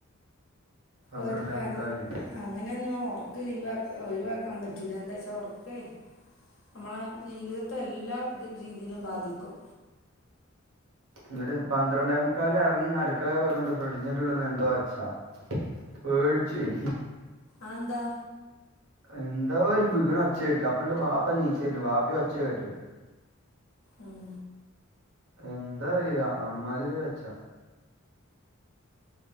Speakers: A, on the right; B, on the left.
A: പന്ത്രണ്ടേ
B: ഒരു രാല്
A: മുക്കാലിന്
B: അങ്ങനൊന്നും ഉറക്ക ലീവാ ഒയിവാക്കാൻ പറ്റൂല എന്താ ച്ചാ ഉറക്കേ നമ്മളെ ജീവിതത്തെ എല്ലാ രീതിയിലും ബാധിക്കും
A: എന്നിട്ട് പന്ത്രണ്ടേമുക്കാലിന് ഇറങ്ങി അടുക്കളെ പോയൊണ്ട് ഫ്രിഡ്ജിന്റെ ഉള്ള്ന്ന് എന്തോ ഒച്ഛാ പേടിച്ചോയി
B: ആക്ന്താ
A: എന്താ ഒരു വീകണ ഒച്ച കേട്ട് അപ്പണ്ട് വാപ്പ നീച്ചര്ണ് വാപ്പിയൊച്ച കേട്ട്
B: ഉം
A: എന്താറിയില അമ്മാതിരി ഒച്ചാ